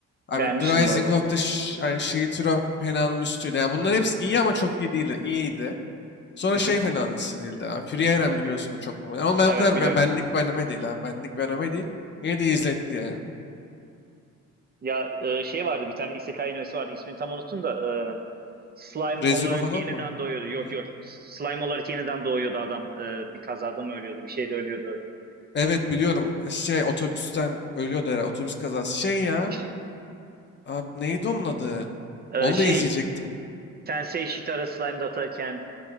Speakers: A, on the left; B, on the right.
A: Abi
B: Beğenmiştim
A: The Rising
B: bu arada.
A: of the Sh- yani Shield Hero fena'nın üstüydü. Yani bunların hepsi iyi ama çok iyi değildi. İyiydi. Sonra
B: Hı
A: şey
B: hı.
A: fena hissedildi abi. Free Iron biliyorsun da çok popüler. Ama ben
B: Evet
A: o kadar
B: biliyorum.
A: ben, benlik bir anime değil abi. Benlik bir anime değil. Yine de izletti yani.
B: Ya e, şey vardı bir tane isekai animesi vardı ismini tam unuttum da e, slime
A: Re:Zero
B: olarak
A: falan
B: yeniden
A: mı?
B: doğuyordu. Yok
A: Ha.
B: yok slime olarak yeniden doğuyordu adam. E, bir kazada mı ölüyordu bir şeyde ölüyordu.
A: Evet biliyorum. Şey otobüsten ölüyordu herhalde. Otobüs kazası. Şey ya.
B: İşte,
A: Abi neydi onun adı?
B: e,
A: Onu
B: şey
A: da izleyecektim.
B: Tensei Shitara Slime Dataken